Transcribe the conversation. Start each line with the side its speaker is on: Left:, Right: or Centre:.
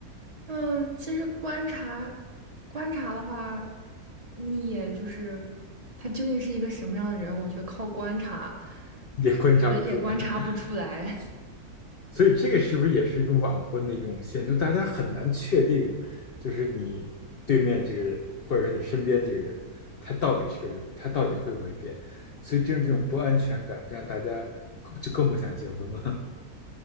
Right: 嗯，其实观察观察的话，你也就是他究竟是一个什么样的人，我觉得靠观察，
Left: 也观察不出来。
Right: 人也观察不出来。
Left: <laughs>
Right: <laughs>
Left: 所以这个是不是也是一种晚婚的一种现象？就大家很难确定，就是你对面这个人，或者说你身边这个人，他到底是个什么？他到底会不会变？所以正是这种不安全感，让大家更就更不想结婚了。